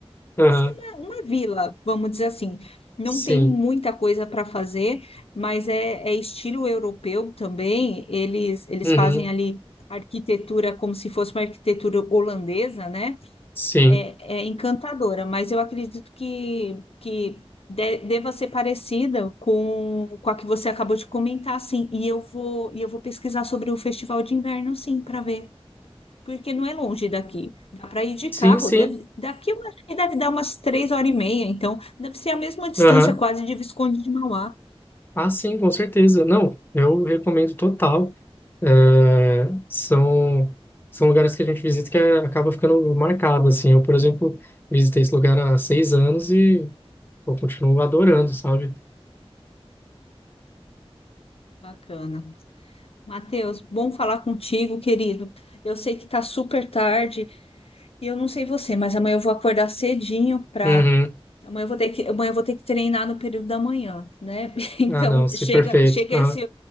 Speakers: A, on the left; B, on the left.
A: Aham,
B: Sim, uma, uma vila, vamos dizer assim. Não
A: sim.
B: tem muita coisa para fazer, mas é, é estilo europeu também. Eles, eles
A: Uhum.
B: fazem ali arquitetura como se fosse uma arquitetura holandesa, né?
A: Sim,
B: É, é encantadora, mas eu acredito que, que de- deva ser parecida com, com a que você acabou de comentar, sim. E eu vou, e eu vou pesquisar sobre o Festival de Inverno, sim, para ver porque não é longe daqui. Dá para ir de
A: sim,
B: carro.
A: sim.
B: Deve, daqui eu acho que deve dar umas três horas e meia, então deve ser a mesma distância
A: Aham.
B: quase de Visconde de Mauá.
A: Ah, sim, com certeza. Não, eu recomendo total. É, são, são lugares que a gente visita que é- acaba ficando marcado, assim. Eu, por exemplo, visitei esse lugar há seis anos e eu continuo adorando, sabe?
B: Bacana. Matheus, bom falar contigo, querido. Eu sei que tá super tarde e eu não sei você, mas amanhã eu vou acordar cedinho para
A: Uhum.
B: Amanhã eu vou ter que, amanhã eu vou ter que treinar no período da manhã, né? <laughs> Então
A: Ah, não, sim,
B: chega,
A: perfeito.
B: chega
A: Aham.
B: esse